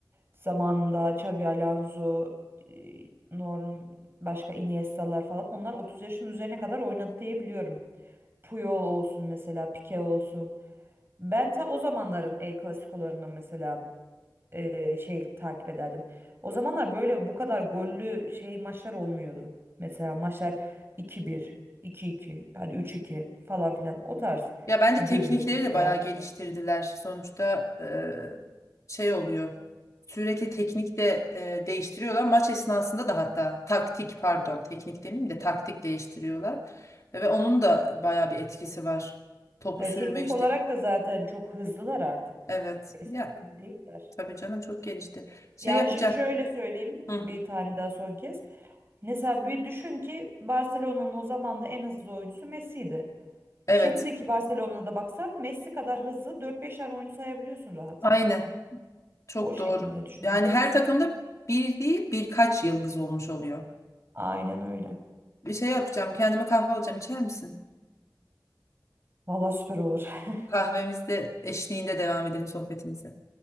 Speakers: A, on the right; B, on the left.
A: zamanında Xabi Alonso, e, Norm, başka Iniesta'lar falan onlar 30 yaşın üzerine kadar oynadı diye biliyorum. Puyol olsun mesela, Pique olsun. Ben ta o zamanların El Clasico'larını mesela e, şey takip ederdim. O zamanlar böyle bu kadar gollü şey maçlar olmuyordu. Mesela maçlar iki bir, iki iki, hadi üç iki falan filan o tarz
B: Ya bence teknikleri
A: dönüyordu mesela.
B: de bayağı geliştirdiler. Sonuçta e, şey oluyor. Sürekli teknik de e, değiştiriyorlar. Maç esnasında da hatta taktik pardon teknik demeyeyim de taktik değiştiriyorlar. Ve onun da bayağı bir etkisi var. Topu
A: Ve
B: sürme
A: teknik
B: işte.
A: olarak da zaten çok hızlılar artık.
B: Evet.
A: Eskisi
B: Ya
A: gibi değiller.
B: tabii canım çok gelişti. Şey
A: Yani
B: yapacağım.
A: şimdi şöyle söyleyeyim
B: Hı,
A: bir tane daha son kez. Mesela bir düşün ki Barcelona'nın o zaman da en hızlı oyuncusu Messi'ydi. Şimdiki
B: evet.
A: Barcelona'da baksan Messi kadar hızlı dört 5 tane oyuncu sayabiliyorsun rahat.
B: Aynen. Çok
A: O şekilde
B: doğru.
A: düşünebilirsin.
B: Yani her takımda bir değil birkaç yıldız olmuş oluyor.
A: Aynen öyle.
B: Bir şey yapacağım. Kendime kahve alacağım. İçer misin?
A: Vallahi süper olur. <laughs>
B: Kahvemizde eşliğinde devam edelim sohbetimizi.